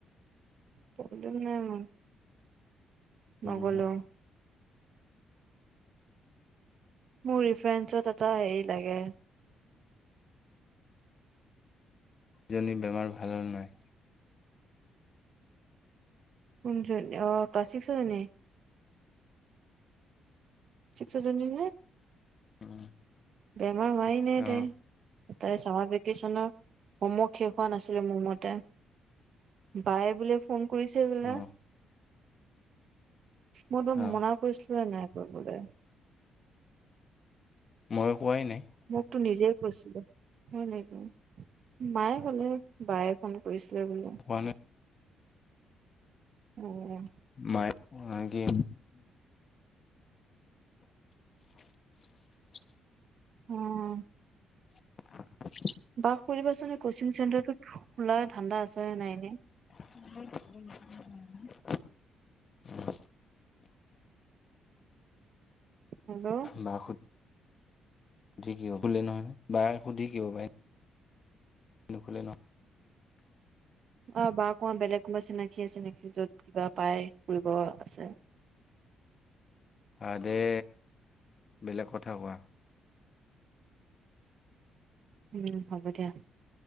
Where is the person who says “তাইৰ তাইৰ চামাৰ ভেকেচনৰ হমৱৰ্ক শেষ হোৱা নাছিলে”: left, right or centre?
Right